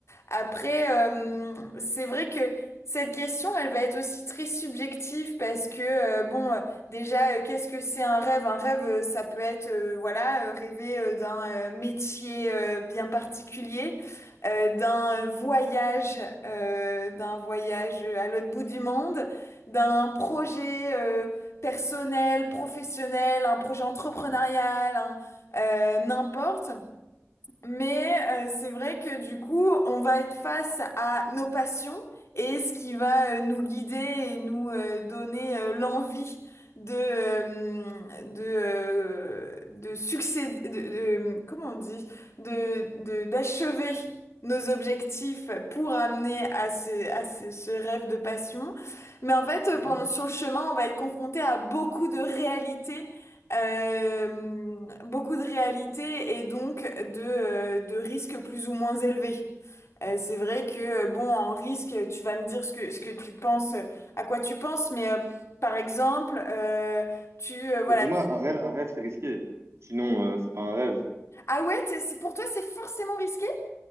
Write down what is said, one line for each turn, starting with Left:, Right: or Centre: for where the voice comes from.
Left: Après, euh, c'est vrai que cette question, elle va être aussi très subjective parce que, euh, bon, euh, déjà, euh, qu'est-ce que c'est un rêve? Un rêve, euh, ça peut être, euh, voilà, euh, rêver euh, d'un euh, métier euh, bien particulier, euh, d'un euh, voyage, euh, d'un voyage euh, à l'autre bout du monde, d'un projet euh, personnel, professionnel, un projet entrepreneurial, un- euh, n'importe. Mais euh, c'est vrai que du coup, on va être face à nos passions et ce qui va euh, nous guider et nous euh, donner euh, l'envie de euh, de euh, de succéder, de, de- comment on dit, de de d'achever nos objectifs pour amener à ce à ce, ce rêve de passion. Mais en fait, euh,
Right: Mhm.
Left: pendant sur le chemin, on va être confronté à beaucoup de réalités euh, beaucoup de réalité et donc de, euh, de risques plus ou moins élevés. Euh, c'est vrai que, bon, en risque, tu vas me dire ce que, ce que tu penses, euh, à quoi tu penses, mais euh, par exemple, euh, tu, euh, voilà.
Right: Et pour moi, un rêve, un rêve, c'est risqué. Sinon, euh, c'est pas un rêve.
Left: Ah ouais, t'es- c'est, pour toi, c'est forcément risqué?